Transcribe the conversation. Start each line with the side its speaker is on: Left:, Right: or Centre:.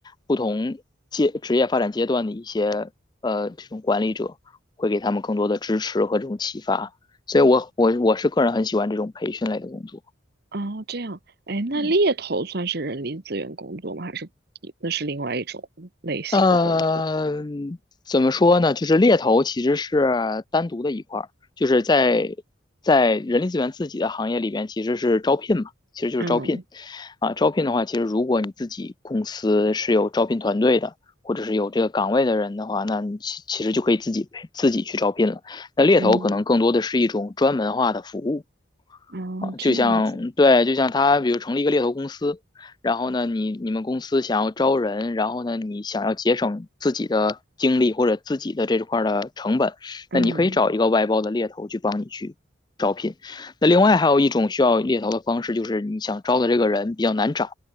Left: 不同阶职业发展阶段的一些呃这种管理者会给他们更多的支持和这种启发。所以我我我是个人很喜欢这种培训类的工作，
Right: 哦，这样，哎，那猎头算是人力资源工作吗？
Left: 嗯。
Right: 还是那是另外一种类型的工作？
Left: 呃，怎么说呢？就是猎头其实是单独的一块儿，就是在在人力资源自己的行业里边，其实是招聘嘛，其实就是招聘
Right: 嗯
Left: 啊。招聘的话，其实如果你自己公司是有招聘团队的，或者是有这个岗位的人的话，那你其其实就可以自己自己去招聘了。那猎头可能更多的是一种专门化的服务。
Right: 嗯，啊，
Left: 啊，
Right: 这样子，
Left: 就像对，就像他，比如成立一个猎头公司，然后呢，你你们公司想要招人，然后呢，你想要节省自己的精力或者自己的这块儿的成本，
Right: 嗯
Left: 那你可以找一个外包的猎头去帮你去招聘。那另外还有一种需要猎头的方式，就是你想招的这个人比较难找，